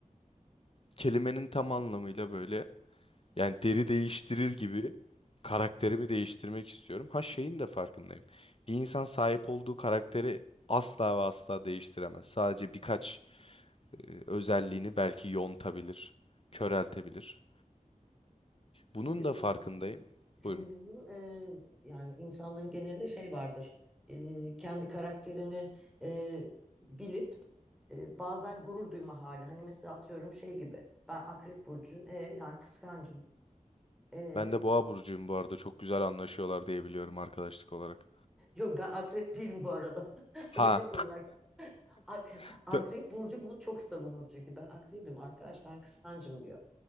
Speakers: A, on the left; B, in the centre.
A: Kelimenin tam anlamıyla böyle Yani deri değiştirir gibi karakterimi değiştirmek istiyorum. Ha şeyin de farkındayım. Bir insan sahip olduğu karakteri asla ve asla değiştiremez. Sadece birkaç e, özelliğini belki yontabilir, köreltebilir. Bunun
B: Şimdi
A: da
B: bizim
A: farkındayım.
B: şimdi
A: Buyurun.
B: bizim e, yani insanların genelinde şey vardır. E, kendi karakterini e, bilip e, bazen gurur duyma hali. Hani mesela atıyorum şey gibi. Ben Akrep burcuyum. E, yani kıskancım. E,
A: Ben de Boğa burcuyum bu arada. Çok güzel anlaşıyorlar diye biliyorum arkadaşlık olarak.
B: yok ben Akrep değilim bu arada. <laughs>
A: Ha.
B: Örnek olarak Ak-
A: <laughs>
B: Akrep burcu bunu çok savunur çünkü ben Akrebim arkadaş ben kıskancım diyor.